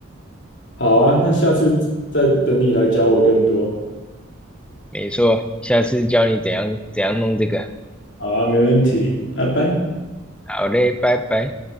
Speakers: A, on the left; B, in the centre.
A: 好啊，那下次再等你来教我更多。
B: 没错，下次教你怎样怎样弄这个。
A: 好啊，没问题，拜拜。
B: 好嘞，拜拜。